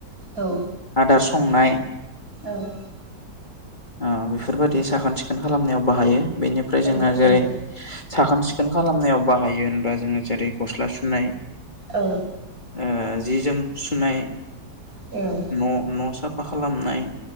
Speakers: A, on the right; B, on the left.
A: औ
B: आदार संनाय
A: औ
B: ओ बेफोरबादि साखोन सिखोन खालामनायाव बाहायो। बेनिफ्राय जोङो
A: औ नंगौ
B: जेरै साखोन सिख खोन खालामनायाव बाहायो होनबा जोङो जेरै गस्ला सुनाय
A: औ
B: ओ जि जोम सुनाय न'
A: औ
B: न' साब फा खालामनाय